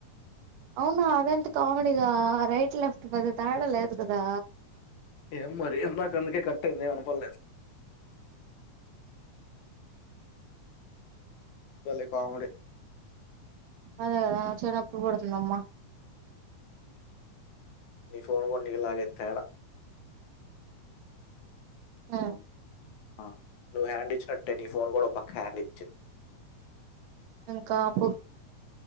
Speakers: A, on the right; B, on the left.
A: అవునా అదేంత కమెడిగా రైట్ లెఫ్ట్ పెద్ద తేడ లేదు కదా
B: ఏం మరి నాకు అందుకే కట్టయింది ఏం వినపడలేదు భలే కామెడీ
A: అదే అ వచ్చేటప్పుడు కొడుతుందమ్మా
B: నీ ఫోన్ కూడా నీలాగే తేడా
A: ఆ
B: ఆ నువ్వు హ్యాండ్ ఇచ్చినట్టే నీ ఫోన్ కూడా ఓ పక్క హ్యాండ్ ఇచ్చింది
A: ఇంకాపు